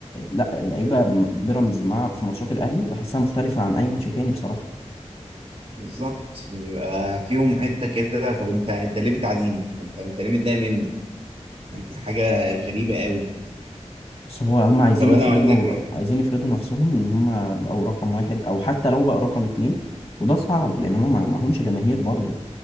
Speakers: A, on the left; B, on the right.
A: لا اللعيبة م- بيراميدز مع في ماتشات الاهلي بحسها مختلفة عن اي ماتش تاني بصراحة
B: بالظبط بيبقى فيهم حته كده طب انت انت ليه بتعاديني انت انت ليه متضايق مني يعني حاجه غريبه قوي
A: بس هو هم عايزين
B: طب انا
A: يفرضوا
B: اقول لك
A: عايزين يفرضوا نفسهم ان هم بقوا رقم واحد او حتى لو بقوا رقم اتنين وده صعب لان هم ما- معهمش جماهير برضه